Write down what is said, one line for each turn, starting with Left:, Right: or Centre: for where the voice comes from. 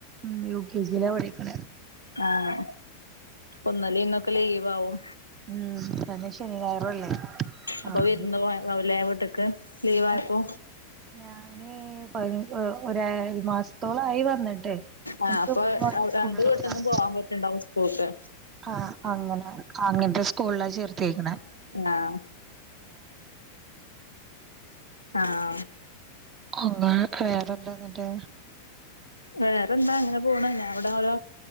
Right: ഉം യു കെ ജിലാ പഠിക്കുന്നെ
Left: ആഹ് ഇന്നലെയും ഇന്നൊക്കെ ലീവാവും
Right: ഉം തന്നെ ശനി ഞായറും അല്ലേ
Left: അപ്പോ
Right: ആഹ്
Left: വിരുന്നു
Right: ലീവല്ലേ
Left: പോയത് ആവൂല്ലേ വീട്ട്ക്ക് ലീവയപ്പോ
Right: അല്ല ഞാന് പതിന ഒരു മാസത്തോളവായി വന്നിട്ട്
Left: ആഹ്
Right: എനിക്ക്
Left: അപ്പോ
Right: ഇവിടുന്ന് ഓരോ സ്കൂളിൽ
Left: രണ്ട് വീട്ടന്നും
Right: വിടാം
Left: പോവാൻ പറ്റണ്ടാവും സ്കൂൾക്ക്
Right: ആഹ് അങ്ങനെ അങ്ങനത്തെ സ്കൂളിലാ ചേർത്തെക്കണേ
Left: ആഹ് ആഹ്
Right: അങ്ങനെ വേറെന്താന്നിട്ട്
Left: വേറെ ന്താ അങ്ങനെ പോണ് ഞാനിവിടെ ഓരോ